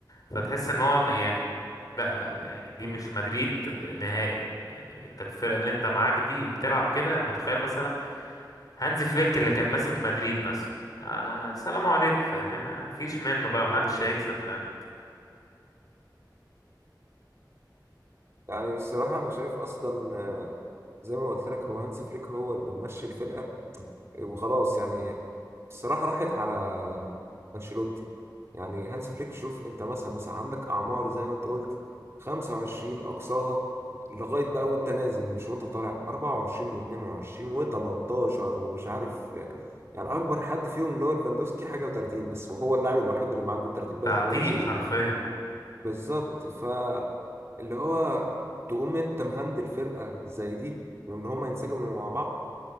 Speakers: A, on the left; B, on the right.
A: فتحس ان هو م- يعني لا لا يعني دي
B: مم.
A: مش مدريد نهائي يعني انت الفرقة اللي انت معاك دي وبتلعب كده انا متخيل مثلا هانزي فليك اللي كان ماسك مدريد مثلا آه سلام عليكم فاهمني ما فيش منه بقى محدش
B: مم.
A: هيكسب فاهم
B: يعني الصراحة أنا شايف أصلا آه، زي ما قلت لك هو هانسي فليك هو اللي ممشي الفرقة وخلاص يعني الصراحة راحت على أنشيلوتي يعني هانز فليك شوف أنت مثلا مثلا عندك أعمار زي ما أنت قلت 25 أقصاها لغاية بقى وأنت نازل مش وأنت طالع 24 و22 و18 ومش عارف يعني أكبر حد فيهم اللي هو ليفاندوسكي حاجة و30 بس وهو اللاعب الوحيد اللي معدي ال 30 باين
A: تعتيق
B: هو وشيزني
A: حرفيا
B: بالظبط ف اللي هو تقوم أنت مهندل فرقة زي دي وإن هما ينسجموا مع